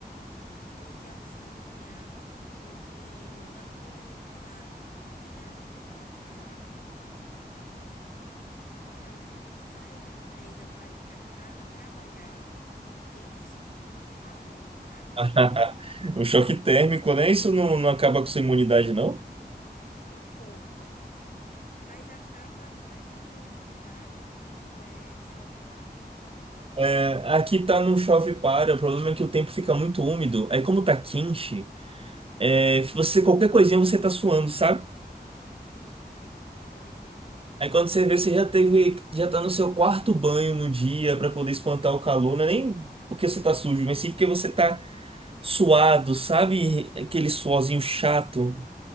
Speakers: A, on the left; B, on the right.
A: ou de alcinha ou de manga curta. E geralmente eu não boto casaco. Então, quando eu saio da empresa para ir para casa trabalhar, eu sinto um calor absurdo,
B: <laughs> Um choque térmico, né? Isso não, não acaba com sua imunidade, não?
A: um pouco, mas acaba mais com a minha imunidade quando é chove e para, chove e para,
B: É,
A: chove.
B: aqui tá não chove para. O problema é que o tempo fica muito úmido. Aí como tá quente, é, você qualquer coisinha você tá suando, sabe?
A: Eu entendo.
B: Aí quando você vê, você já teve, já tá no seu quarto banho no dia pra poder espantar o calor. Não é nem porque você tá sujo, mas sim porque você tá suado, sabe? Aquele suorzinho chato.